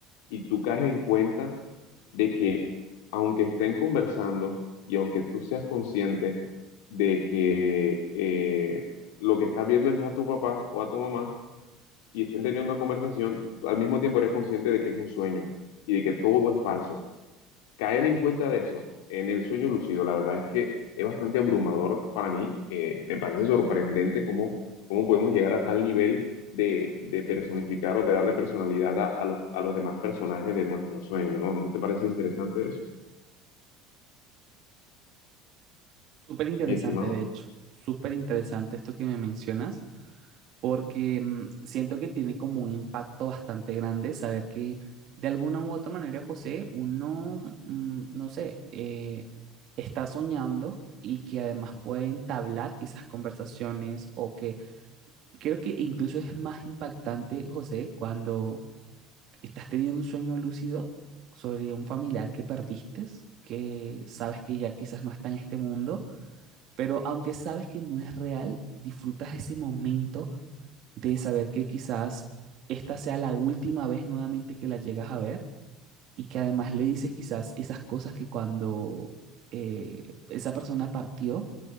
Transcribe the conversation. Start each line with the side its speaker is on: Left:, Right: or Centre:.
Left: y tú caes en cuenta de que aunque estén conversando y aunque tú seas consciente de que eh, lo que estás viendo es a tu papá o a tu mamá y estén teniendo una conversación, al mismo tiempo eres consciente de que es un sueño y de que todo es falso caer en cuenta de eso en el sueño lúcido, la verdad es que es bastante abrumador para mí. eh, me parece sorprendente cómo, cómo podemos llegar a tal nivel de, de personificar o de darle personalidad a, a los, a los demás personajes de nuestro sueño, ¿no? ¿No te parece interesante eso,
Right: Súper interesante,
Left: mi estimado?
Right: de hecho, súper interesante esto que me mencionas, porque mm, siento que tiene como un impacto bastante grande saber que de alguna u otra manera, José, uno, mm, no sé, eh, está soñando y que además puede entablar quizás conversaciones o que creo que incluso es más impactante, José, cuando estás teniendo un sueño lúcido sobre un familiar que perdiste, que sabes que ya quizás no está en este mundo pero aunque sabes que no es real, disfrutas ese momento de saber que quizás esta sea la última vez nuevamente que la llegas a ver y que además le dices quizás esas cosas que cuando eh, esa persona partió